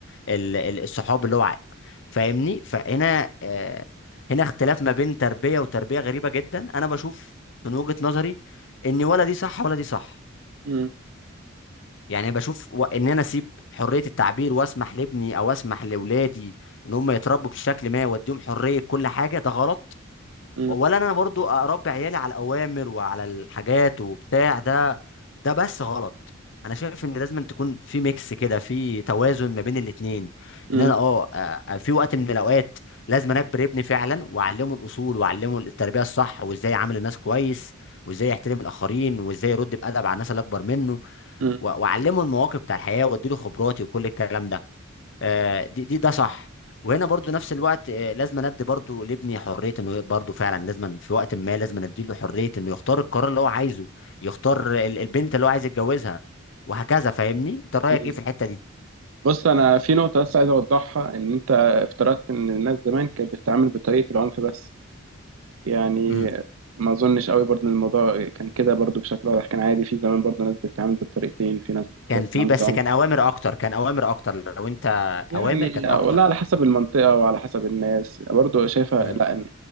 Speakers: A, on the left; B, on the right.
A: ال... ال- الصحاب اللي هو عايز فاهمني فهنا آه، هنا اختلاف ما بين تربية وتربية غريبة جدا أنا بشوف من وجهة نظري إن ولا دي صح ولا دي صح
B: مم.
A: يعني بشوف و... ان انا اسيب حريه التعبير واسمح لابني او اسمح لاولادي ان هم يتربوا بشكل ما واديهم حريه كل حاجه ده غلط
B: مم.
A: ولا انا برضو اربي عيالي على الاوامر وعلى الحاجات وبتاع ده ده بس غلط انا شايف ان لازم تكون في ميكس كده في توازن ما بين الاتنين
B: مم.
A: ان انا اه آه، في وقت من الاوقات لازم أنا اجبر ابني فعلا واعلمه الاصول واعلمه التربيه الصح وازاي يعامل الناس كويس وازاي يحترم الاخرين وازاي يرد بادب على الناس اللي اكبر منه
B: مم.
A: و- واعلمه المواقف بتاع الحياه واديله خبراتي وكل الكلام ده آه، دي دي ده صح وهنا برضو نفس الوقت آه، لازم ندي برضو لابني حريه انه برضو فعلا لازم في وقت ما لازم نديله حريه انه يختار القرار اللي هو عايزه يختار ال- البنت اللي هو عايز يتجوزها وهكذا فاهمني انت رايك
B: مم.
A: ايه في الحته دي
B: بص أنا في نقطة بس عايز أوضحها إن أنت افترضت إن الناس زمان كانت بتتعامل بطريقة العنف بس يعني
A: امم
B: ما أظنش قوي برضه إن الموضوع كان كده برضه بشكل واضح كان عادي في زمان برضه ناس بتتعامل بالطريقتين في ناس بت-
A: كان
B: بتتعامل
A: في بس
B: بالعنف
A: كان اوامر اكتر كان اوامر اكتر لو انت
B: يعني
A: اوامر كانت اكتر
B: والله على حسب المنطقة وعلى حسب الناس برضه شايفة
A: امم
B: لا